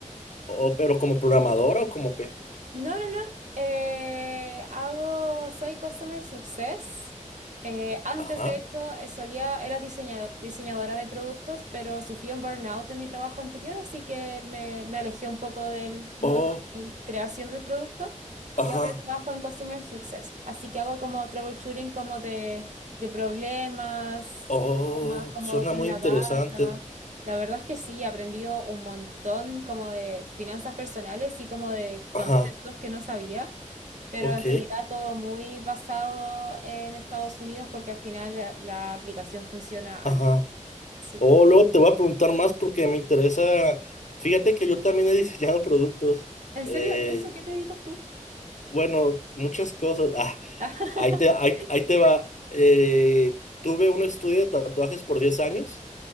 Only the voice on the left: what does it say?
Oh, pero como programadora o como qué?
Ajá.
Oh,
ajá.
Oh,
suena
muy
interesante.
Ajá,
ok,
ajá.
Oh, luego te voy a preguntar más porque me interesa. Fíjate que yo también he diseñado productos.
eh,
bueno, muchas cosas. Ah,
ahí te, ahí, ahí te va. Eh, tuve un estudio de tatuajes por 10 años.